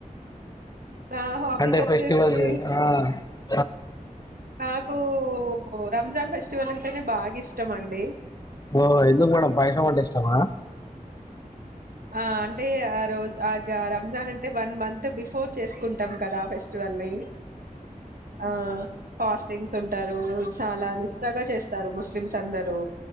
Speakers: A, on the right (about 85°); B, on the left (about 25°).
A: నా హాబీస్
B: అంటే
A: వచ్చేసి
B: ఫెస్టివల్స్ ఆ
A: నాకు... రంజాన్ ఫెస్టివల్ అంటే బాగా ఇష్టం అండి
B: ఓహు ఎందుకు మేడం పాయసం అంటే ఇష్టం మా
A: ఆ అంటే ఆ రోజు ఆ రంజాన్ అంటే వన్ మంత్ బిఫోర్ చేసుకుంటాం కదా ఆ ఫెస్టివల్ ని ఆ ఫాస్టింగ్స్ ఉంటారు చాలా నిస్ట్రాగా చేస్తారు ముస్లిమ్స్ అందరూ